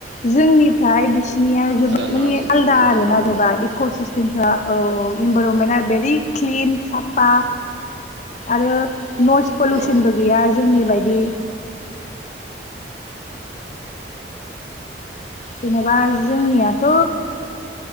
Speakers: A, on the left (about 40°); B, on the right (about 80°).
A: जोंनिफ्राय बिस बिनिया जोबोद
B: भुटानाव
A: माने
B: जिथु
A: आलदा
B: होनना
A: आरो
B: बुंनांगौ
A: ना जेनबा
B: जोङो
A: इक' सिस्टेमफ्रा औ औ इनभाइरनमेन्टआ भेरि क्लिन साफा आरो नयस पलिउसनबो
B: औ
A: गैया जोंनि बायदि जेनेबा जोंनियाथ'